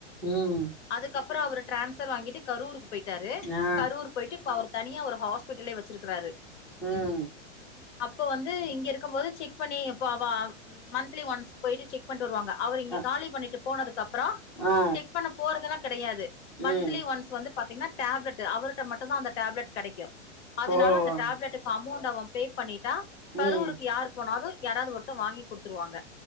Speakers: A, in the centre; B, on the left (about 70°).
A: ம்
B: அதுக்கப்றோ அவர் டிரான்ஸர் வாங்கிட்டு கரூருக்கு போயிட்டாரு
A: ஆ
B: கரூர் போயிட்டு இப்ப அவர் தனியா ஒரு ஹாஸ்பிட்டலே வெச்சிருக்குறாரு
A: ம்
B: அப்போ வந்து இங்க இருக்கும் போது செக் பண்ணி ப்ப அவ ம் மந்த்லி ஒன்ஸ் போயிட்டு செக் பண்ணிட்டு வருவாங்க அவர் இங்க
A: அ
B: காலி பண்ணிட்டு போனதுக்கு அப்றோ
A: ஆ
B: செக் செக் பண்ண போறதுல்லா கெடையாது மந்த்லி
A: ம்
B: ஒன்ஸ் வந்து பாத்தீங்கன்னா டேப்லெட்டு அவர்கிட்ட மட்டுதா அந்த டேப்லெட் கெடைக்கு அதனால
A: ஓ
B: அந்த டேப்லெட்டுக்கு அமௌண்ட்ட அவே பே பண்ணிட்டா
A: ம்
B: கரூருக்கு யார் போனாலு யாராது ஒருத்த வாங்கி குடுத்துருவாங்க